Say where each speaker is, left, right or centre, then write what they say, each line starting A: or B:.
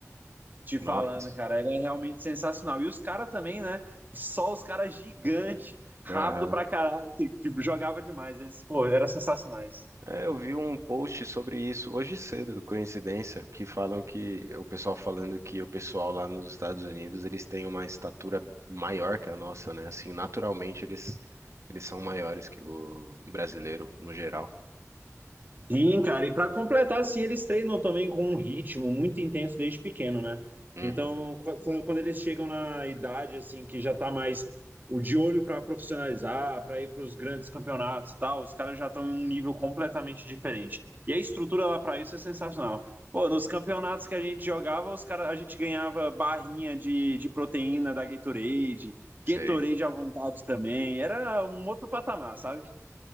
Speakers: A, on the right; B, on the right.
A: Te
B: Nossa.
A: falando, cara, ele é realmente sensacional. E os caras também, né? Só os caras gigantes, rápido
B: Aham.
A: pra caralho, que, que jogava demais. Eles, pô, eram sensacionais.
B: É, eu vi um post sobre isso hoje cedo, coincidência, que falam que o pessoal falando que o pessoal lá nos Estados Unidos, eles têm uma estatura maior que a nossa, né? Assim, naturalmente eles eles são maiores que o brasileiro no geral.
A: Sim, cara, e para completar, assim, eles treinam também com um ritmo muito intenso desde pequeno, né?
B: Uhum.
A: Então, qu- qu- quando eles chegam na idade, assim, que já tá mais o de olho para profissionalizar, para ir para os grandes campeonatos e tal, os caras já estão em um nível completamente diferente. E a estrutura lá para isso é sensacional. Pô, nos campeonatos que a gente jogava, os cara, a gente ganhava barrinha de, de proteína da Gatorade,
B: Sei.
A: Gatorade à vontade também. Era um outro patamar, sabe?